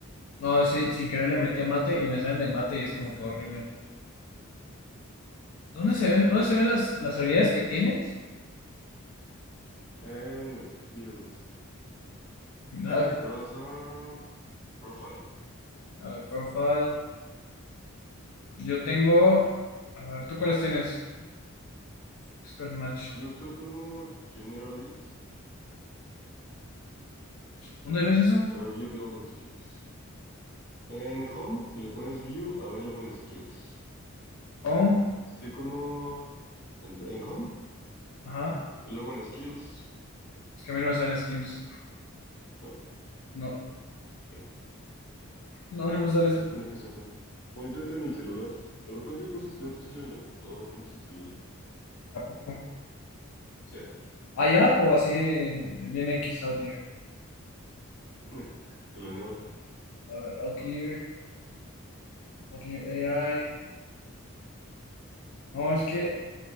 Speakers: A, on the left (about 75°); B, on the left (about 50°).
A: No, sí, sin querer le metí a mate y me salen de mate y es como que horrible. ¿Dónde se ven, dónde se ven las, las habilidades que tienes?
B: En skills. Supone
A: Hack,
B: que te vas a profile.
A: a ver, profile. Yo tengo. A ver, ¿tú cuáles tienes? Expert Match.
B: Yo estoy como generalist.
A: ¿Dónde ves eso?
B: A ver, view available skills. En home y le pones view available skills.
A: Home.
B: Estoy como en, en home
A: Ajá.
B: y luego en skills,
A: Es que a mí no me sale skills.
B: ¿no?
A: No,
B: Chale.
A: no, no me sale.
B: Pero se supone que es en home. O intenta en el celular. De repente hay cosas que no te salen en la computadora, nada más en celular.
A: ¿A poco?
B: Sí.
A: ¿Hay app o así? Viene X Outlier.
B: <laughs> De la nada.
A: A ver, Outlier. Kotlin AI. No, es que